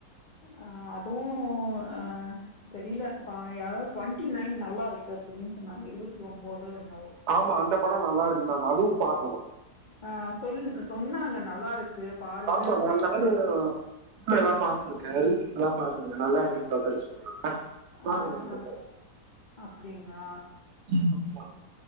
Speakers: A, on the left (about 85°); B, on the right (about 80°).
A: அ அதுவு அ தெரில பா யாரோ டுவெண்ட்டி நைன் நல்லா இருக்கு அப்டின்னு சொன்னாங்க இருவத்தி ஒம்போதோ என்னவோ
B: ஆமா அந்த படோ நல்லா இருக்குதுன்னாங்க அதுவு பாக்கணு
A: ஆ சொல் சொன்னாங்க நல்லா இருக்கு பாருங்க
B: ஆமா
A: அப்டின்ட்டு
B: நான் நானு இல்ல நா பாத்திருக்கே அதை எல்லா பாத்திக்கே நல்லா இருக்குன்ற மாயி சொல்றாங்க பாக்கணு
A: அ
B: அந்த
A: ஆ
B: படோ
A: அப்டிங்ளா
B: ம் ஆமா